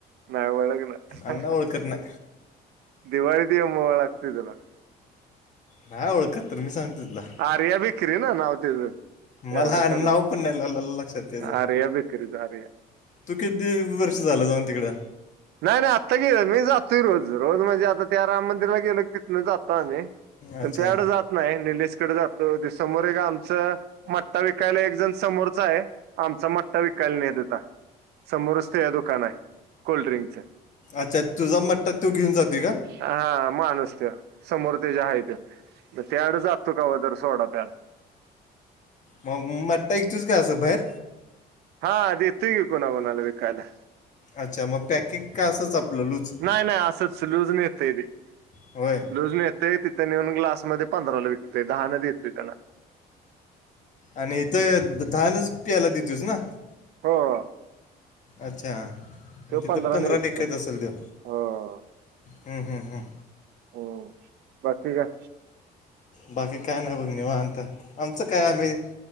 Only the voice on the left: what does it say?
अण्णा ओळखत नाय.
नाही ओळखत तर मी सांगतो तुला
मला
नाव पण नाही लागलं लक्षात त्याचं
तू किती वर्ष झालं जाऊन तिकडं?
अच्छा
अच्छा तुझा मट्टा तो घेऊन जातोय का?
मग मट्टा इकतूस काय असं भायर?
अच्छा मग पॅकेट का असंच आपलं लूज
होय
आणि इथं धानच पियायला दितूस ना?
अच्छा मग
तिथं
पंधरानं
विकत असेल त्यो?
हं हं हं.
बाकी काय नाही बघ निवांत आमचं काय आम्ही